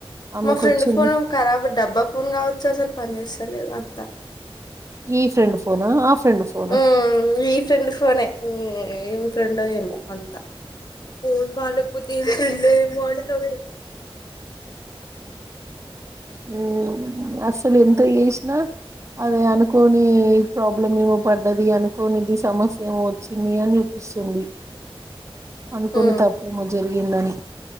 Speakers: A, on the right; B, on the left.
A: ఆమెకు
B: మా ఫ్రెండ్
A: వచ్చింది
B: ఫోన్ కరాబ్ డబ్బా ఫోన్ కావచ్చు అస్సల్ పని చేస్తలేదు అన్ త్త
A: ఈ ఫ్రెండ్ ఫోనా ఆ ఫ్రెండ్ ఫోనా
B: ఊ ఈ ఫ్రెండ్ ఫోనె మ్మ్ ఏం ఫ్రెండో ఏమో అంతా ఫోన్ బాలేకపోతే ఏమ్ ఫ్రెండో ఏమో అని టవె
A: మ్మ్ అసలు ఎంత చేసినా అది అనుకోని ప్రాబ్లం ఏమో పడ్డది అనుకోనిది సమస్య ఏమో వచ్చింది అని చూపిస్తుంది. అనుకోని
B: ఉమ్
A: తప్పేమో జరిగిందని.